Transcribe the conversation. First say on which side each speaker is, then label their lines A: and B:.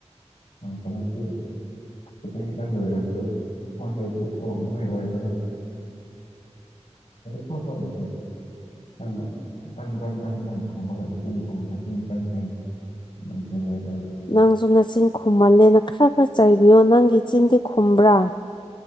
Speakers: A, on the left; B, on the left.
A: ꯐꯪꯉꯁꯤ ꯈꯤꯇꯥꯡ ꯈꯤꯇꯪꯡ ꯑꯣꯔꯁꯨ ꯁꯨꯃꯥꯏꯅ ꯍꯥꯏꯗꯤ ꯑꯣ ꯑꯗꯨꯃꯥꯏꯅ ꯑꯣꯏꯒꯦꯔꯥ ꯑꯃꯐꯧ ꯂꯩꯇꯦ ꯑꯪꯅ ꯗꯪ ꯗꯪ ꯗꯪ ꯈꯨꯝꯃꯒ ꯅꯆꯤꯟ ꯈꯨꯝꯃꯒ ꯅꯆꯤꯟ ꯀꯟꯕꯒꯤꯅꯤ ꯅꯨꯡꯁꯤ ꯂꯩ
B: ꯅꯪꯁꯨ ꯅꯆꯤꯟ ꯈꯨꯝꯃꯜꯂꯦꯅ ꯈꯔ ꯈꯔ ꯆꯥꯏꯕꯤꯌꯣ ꯅꯪꯒꯤ ꯏꯆꯤꯟꯗꯤ ꯈꯨꯝꯕ꯭ꯔꯥ